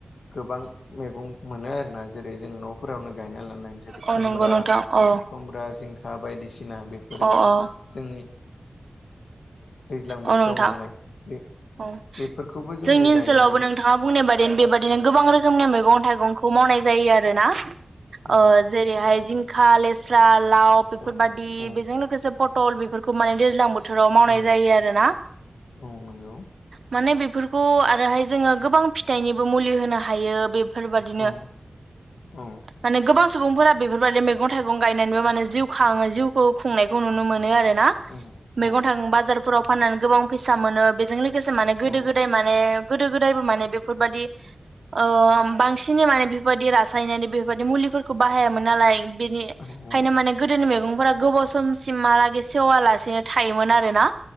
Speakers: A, on the left; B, on the right.
A: गोबां मैगं मोनो आरोना जेरै-जों न'। फोरावनो गायना लानाय जेरै-खुमब्रा-खुमब्रा,
B: औ नंगौ नोंथां औ
A: जिंखा बायदिसिना बेफोरो
B: औ औ
A: जोंनि। दैज्लां बोथोराव
B: औ नोंथां
A: मोननाय बे।
B: औ
A: बेफोरखौबो जोङो
B: जोंनि ओनसोलावबो
A: गायनानै
B: नोंथाङा बुंनाय बादि बेबादिनो गोबां रोखोमनि मैगं था थाइगंखौ मावनाय जायो आरोना।
A: औ
B: ओ जेरैहाय जिंखा लेस स्राद लाव बेफोरबायदि
A: औ औ
B: बेजों लोगोसे पटल बेफोरखौ माने दैज्लां बोथोराव मावनाय
A: औ
B: जायो आरोना।
A: औ नंगौ
B: माने बेफोर खौ आरोहाय जोङो गोबां फिथाइनिबो मुलि होनो हायो बे फोरबायदिनो
A: औ औ
B: माने गोबां सुबुंफोरा बेफोरबायदि मैगं थाइगं गायनानैबो माने जिउ खाङो जिउखौ खुंनायखौ नुनो मोनो आरो। ना
A: औ
B: मैगं
A: औ
B: थाइं बाजारफोराव फाननानै गोबां फैसा मोनो बेस जों लोगोसे से माने गोदो
A: औ
B: गोदाय माने गोदो गोदायबो माने बेफोरबादि। ओ बांसिनै माने बेफोरबायदि रास सायनारि बेफोरबायदि मुलिफोरखौ बाहायामोन नालाय। बेनि
A: औ
B: खायनो
A: औ
B: माने गोदोनि मैगं फोरा गोबाव समसिम हालागै स सेवालासेनो थायोमोन आरोना